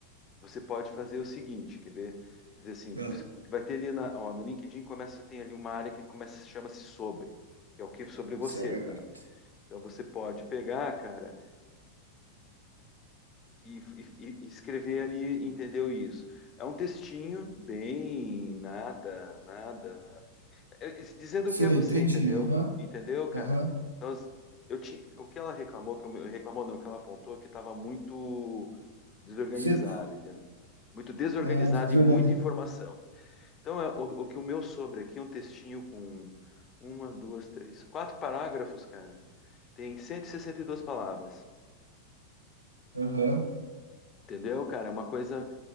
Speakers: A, on the left; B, on the right.
A: Você pode fazer o seguinte, quer ver? Dizer assim, você
B: Ah,
A: vai ter ali na, ó, no LinkedIn começa, tem ali uma área que começa, chama-se sobre, que é o que sobre você,
B: certo.
A: tá? Então você pode pegar, cara, e, e- e escrever ali, entendeu isso? É um textinho bem nada, nada, é- é- dizendo
B: Sei,
A: o que é você,
B: entendi.
A: entendeu?
B: Aham,
A: Entendeu, cara?
B: aham.
A: Então, as- eu ti- o que ela reclamou, que eu, me- reclamou não, o que ela apontou, é que estava muito desorganizado,
B: Seco.
A: entendeu? Muito desorganizado
B: Ah, desorganizado.
A: e muita informação. Então, é, o, o que o meu sobre aqui é um textinho com uma, duas, três, quatro parágrafos, cara. Tem cento e e sessenta e duas palavras.
B: Aham.
A: Entendeu, cara? É uma coisa